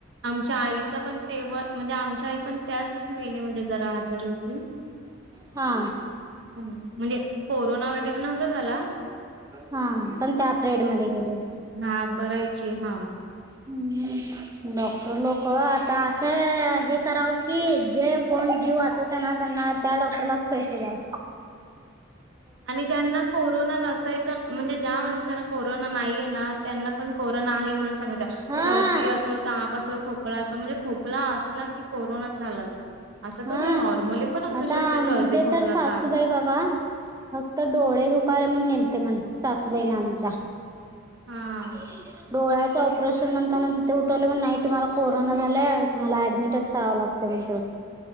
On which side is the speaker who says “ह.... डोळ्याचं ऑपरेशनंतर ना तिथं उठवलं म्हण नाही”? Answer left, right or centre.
Right